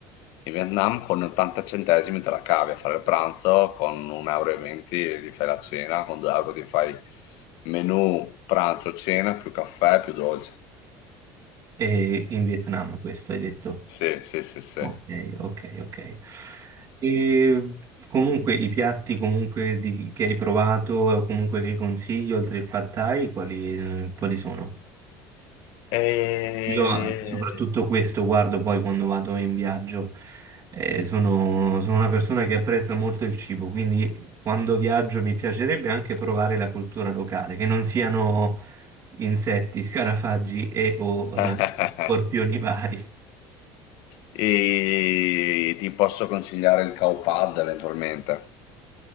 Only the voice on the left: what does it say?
In Vietnam con 80 centesimi te la cavi a fare il pranzo, con 1,20 euro e venti ti fai la cena, con 2 euro ti fai menù, pranzo, cena, più caffè, più dolce.
Sì, sì, sì, sì.
Ehm,
<laughs>
e ti posso consigliare il cow pad eventualmente.